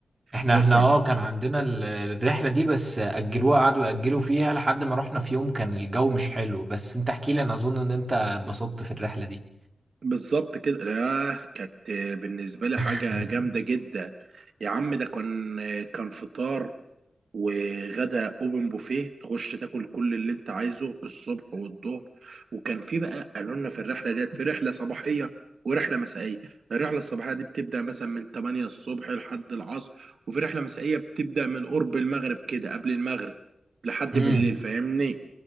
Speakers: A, on the right; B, on the right.
A: احنا
B: بص
A: احنا
B: يا
A: اه
B: معلم
A: كان عندنا ال- الرحلة دي بس أجلوها قعدوا يأجلوا فيها لحد ما رحنا في يوم كان الجو مش حلو بس انت احكي لي انا اظن ان انت اتبسطت في الرحلة دي
B: بالظبط كده لا كانت بالنسبه لي حاجه
A: <laughs>
B: جامده جدا يا عم ده كان كان فطار وغدا اوبن بوفيه تخش تاكل كل اللي انت عايزه الصبح والظهر وكان في بقى قالوا لنا في الرحله ديت في رحله صباحيه ورحله مسائيه الرحله الصباحيه دي بتبدا مثلا من 8 الصبح لحد العصر وفي رحله مسائيه بتبدا من قرب المغرب كده قبل المغرب لحد
A: امم
B: بالليل فاهمني